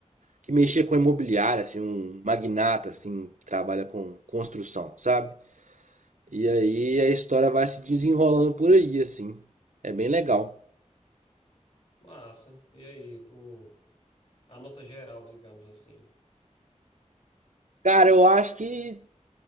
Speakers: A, on the right (about 75°); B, on the left (about 50°).
A: que mexia com imobiliária, assim, um magnata, assim, que trabalha com construção, sabe? E aí a história vai se desenrolando por aí, assim. É bem legal.
B: massa. E aí, tu... a nota geral, digamos assim.
A: Cara, eu acho que.